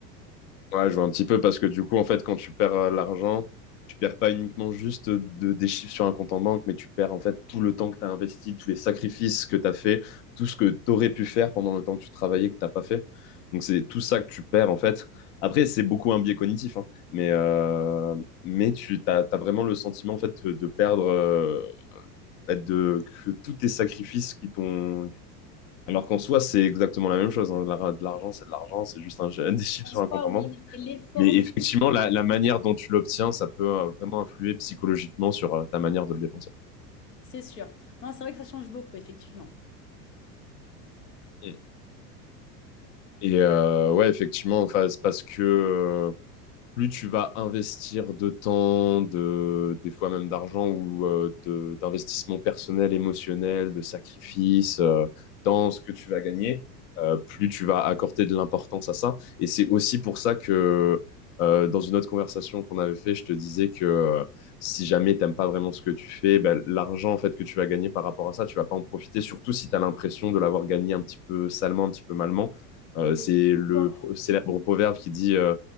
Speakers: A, on the left; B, on the left.
A: Ouais, je vois un petit peu parce que du coup en fait quand tu perds euh, l'argent, tu perds pas uniquement juste de, des chiffres sur un compte en banque, mais tu perds en fait tout le temps que tu as investi, tous les sacrifices que tu as fait, tout ce que tu aurais pu faire pendant le temps que tu travaillais que t'as pas fait. Donc c'est tout ça que tu perds en fait. Après c'est beaucoup un biais cognitif, hein, mais euh, mais tu t'as, t'as vraiment le sentiment en fait de, de perdre. euh, de, que tous tes sacrifices qui t'ont. Alors qu'en soi, c'est exactement la même chose. hein. De la- de l'argent, c'est de l'argent, c'est juste un, <laughs> des chiffres
B: En
A: sur
B: soi,
A: un compte en
B: oui,
A: banque.
B: mais c'est l'effort
A: Mais
B: du
A: effectivement,
B: coup qui
A: la, la manière dont tu l'obtiens, ça peut euh, vraiment influer psychologiquement sur euh, ta manière de le dépenser.
B: C'est sûr. Non, c'est vrai que ça change beaucoup, effectivement.
A: Mm. Et euh, ouais, effectivement, enfin, c'est parce que euh, plus tu vas investir de temps, de, des fois même d'argent ou euh, de, d'investissement personnel, émotionnel, de sacrifice euh, dans ce que tu vas gagner, euh, plus tu vas accorder de l'importance à ça. Et c'est aussi pour ça que euh, dans une autre conversation qu'on avait fait, je te disais que euh, si jamais t'aimes pas vraiment ce que tu fais, ben, l'argent en fait que tu vas gagner par rapport à ça, tu vas pas en profiter, surtout si tu as l'impression de l'avoir gagné un petit peu salement, un petit peu malement. Euh,
B: Oui.
A: c'est le
B: Quand
A: pro- célèbre
B: tu-
A: proverbe qui dit euh,